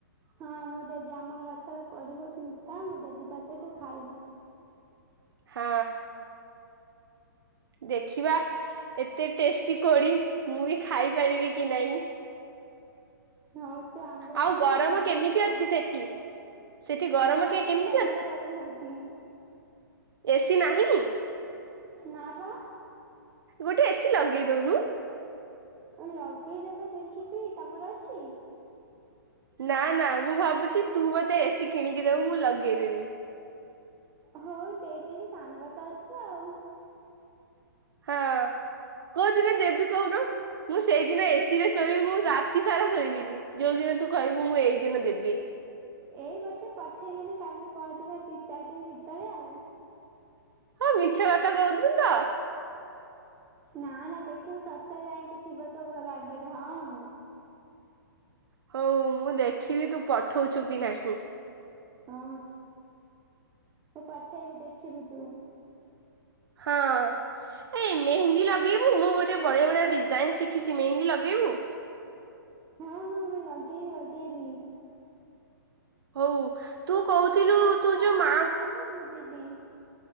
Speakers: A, on the right (about 15°); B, on the right (about 85°).
A: ହଁ ମୁଁ ଦେବି ଆମ ଗଛର ପଡ଼ିବ ମିଠା ମୁଁ ଦେବି ତତେ ତୁ ଖାଇବୁ।
B: ହଁ ଦେଖିବା ଏତେ ଟେଷ୍ଟି କୋଡି ମୁଁ ବି ଖାଇପାରିବି କି ନାହିଁ?
A: ହଁ ତୁ ଆମ୍ବ
B: ଆଉ
A: ଦେବୁ
B: ଗରମ
A: ମୁଁ କୋଳି
B: କେମିତି
A: ଦେବି
B: ଅଛି
A: ଆଉ
B: ସେଠି? ସେଠି ଗରମ
A: ହଁ ଏଠି
B: କେ କେମିତି
A: ପ୍ରବଳ ଗରମ ହଉଛି।
B: ଏସି ନାହିଁ।
A: ନା ବା।
B: ଗୋଟେ ଏସିି ଲଗେଇ ଦଉନୁ।
A: ଲଗେଇଦେବା ଦେଖିକି ତମର ଅଛି।
B: ନା ନା ମୁଁ ଭାବୁଛି ତୁ ମତେ ଏସି କିଣିକି ଦେବୁ ମୁଁ ଲଗେଇଦେବି।
A: ହଉ ଦେଇଦେବି ସାଙ୍ଗ ତ ଅଛୁ ଆଉ।
B: ହଁ କୋ। ଥିଲେ ଦେବି କହୁନୁ। ମୁଁ ସେଇଦିନ ଏସିରେ। ଶୋଇବୁ ମୁଁ ରାତି ସାରା ଶୋଇବିନି ଯୋଉ ଦିନ ତୁ କହିବୁ ମୁଁ ଏଇ ଦିନ ଦେବି
A: ଏଇ ଗୋଟେ ପଠେଇଦେବି କାଲି ପରଦିନ ଦି ଚାରି ଦିନ ଭିତରେ ଆଉ
B: ହଁ ମିଛ କଥା କହୁଛୁ ତ
A: ନା ନା ଦେଖିବି ସତରେ ଯାଇକି ଥିବ ତୋ ଘର ଆଗରେ ହଁ।
B: ହଉ ମୁଁ ଦେଖିବି ତୁ। ପଠଉଛୁ କି ନାହିଁ।
A: ହଁ ମୁଁ ପଠେଇବି ଦେଖିବୁ ତୁ।
B: ହଁ ଏ ମେହେନ୍ଦି ଲଗେଇବୁ ମୁଁ ଗୋଟେ ବଢ଼ିଆ ବଢ଼ିଆ ଡିଜାଇନ ଶିଖିଛି ମେହେନ୍ଦି ଲଗେଇବୁ।
A: ହଁ ହଁ ମୁଁ ଲଗେଇବି ଲଗେଇବି
B: ହଉ।
A: ତୁ କୋଉ
B: କହୁଥିଲୁ
A: ଦିନ ପୁରୀରେ
B: ତୁ
A: ଆସିବି
B: ଯୋଉ ମା
A: କହିବୁ ମୁଁ ଯିବି।